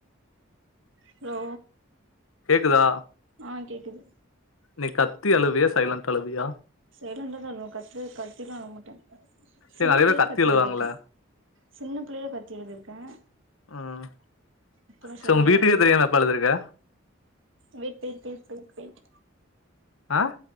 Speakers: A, on the right; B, on the left.
A: ஹலோ
B: கேக்குதா
A: ஆ கேக்குது
B: நீ கத்தி அழுவியா சைலன்டா அழுவியா
A: சைலண்டல தான் அழுவேன் கத் கத்தியிலாம் அழமாட்டேன் சின்ன
B: ஏ நெறைய
A: பிள்ளைல
B: பேர்
A: கத்தி
B: அழுவாங்கல்ல
A: அழுதிருக்கேன் சின்ன பிள்ளையில கத்தி அழுதிருக்கேன்
B: ம்
A: இப்பல்லாம்
B: சரி
A: சைலண்டல
B: உங்க வீட்டுக்கே
A: தான் அழுதிருக்கேன்
B: தெரியாம எப்ப அழுதுருக்க
A: விட் விட் விட் டுக் விட்
B: ஆஹ்